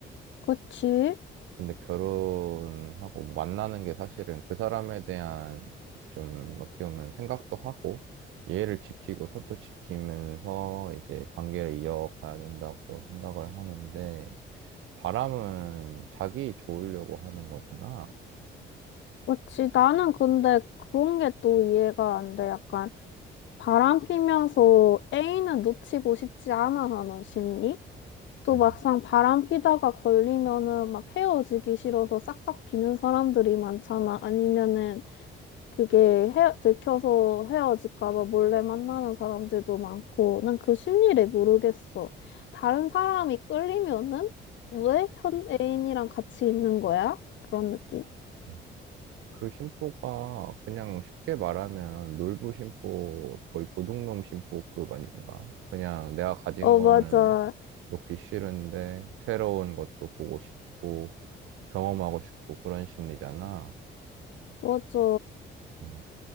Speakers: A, on the left (about 70°); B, on the right (about 85°).
A: 그치.
B: 근데 결혼하고 뭐 만나는 게 사실은 그 사람에 대한 좀 어떻게 보면 생각도 하고 예의를 지키고 서로 지키면서 이제 관계를 이어가야 된다고 생각을 하는데 바람은 자기 좋으려고 하는 거잖아.
A: 그치. 나는 근데 그런 게 또 이해가 안 돼. 약간 바람 피면서 애인은 놓치고 싶지 않아 하는 심리? 또
B: 음.
A: 막상 바람 피다가 걸리면은 막 헤어지기 싫어서 싹싹 비는 사람들이 많잖아. 아니면은 그게 헤, 들켜서 헤어질까 봐 몰래 만나는 사람들도 많고. 난 그 심리를 모르겠어. 다른 사람이 끌리면은 왜 현 애인이랑 같이 있는 거야? 그런 느낌?
B: 음. 그 심보가 그냥 쉽게 말하면 놀부 심보, 거의 도둑놈 심보급 아닌가? 그냥 내가 가진
A: 어,
B: 거는
A: 맞아.
B: 놓기 싫은데 새로운 것도 보고 싶고 경험하고 싶고 그런 심리잖아.
A: 맞아.
B: 음.